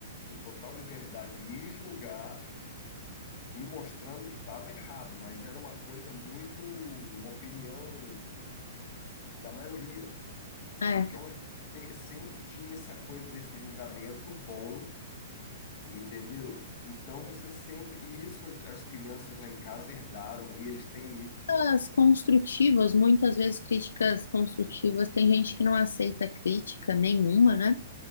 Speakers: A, on the left; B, on the left.
A: com total liberdade, me julgar, me mostrando que estava errado, mas era uma coisa muito, uma opinião da maioria.
B: É.
A: Então, a gente tem- sempre tinha essa coisa desse julgamento bom, entendeu? Então, você sempre. E isso as, as crianças lá em casa herdaram, e eles têm isso,
B: Críticas construtivas, muitas vezes críticas construtivas, tem gente que não aceita crítica nenhuma, né?